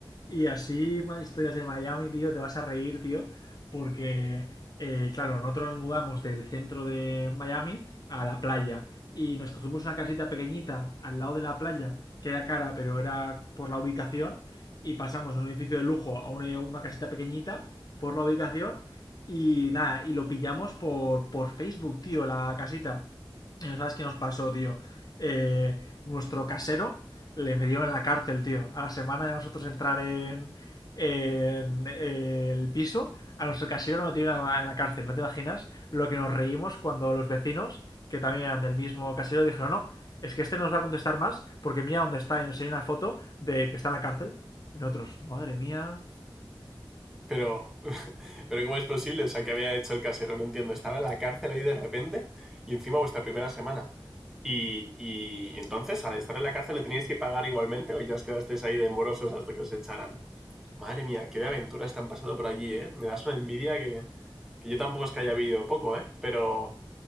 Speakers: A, on the left (about 45°); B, in the centre.
A: Y así, más historias de Miami, tío, te vas a reír, tío, porque, eh, claro, nosotros nos mudamos del centro de Miami a la playa y nos cogimos una casita pequeñita al lado de la playa, que era cara, pero era por la ubicación, y pasamos de un edificio de lujo a una, una casita pequeñita por la ubicación y nada, y lo pillamos por, por Facebook, tío, la casita. Y no sabes qué nos pasó, tío eh, nuestro casero le metió en la cárcel, tío. A la semana de nosotros entrar en, en, eh, el piso, a nuestro casero lo metieron en la cárcel. ¿No te imaginas lo que nos reímos cuando los vecinos, que también eran del mismo casero, dijeron, no, es que este nos va a contestar más porque mira dónde está y enseña una foto de que está en la cárcel. Y nosotros, madre mía,
B: Pero, <laughs> pero ¿cómo es posible? O sea, ¿qué había hecho el casero? No entiendo. Estaba en la cárcel ahí de repente y encima vuestra primera semana. Y, y entonces, al estar en la cárcel, ¿le teníais que pagar igualmente o ya os quedasteis ahí de morosos hasta que os echaran? Madre mía, qué de aventuras te han pasado por allí, ¿eh? Me das una envidia que, que yo tampoco es que haya vivido poco, ¿eh? Pero,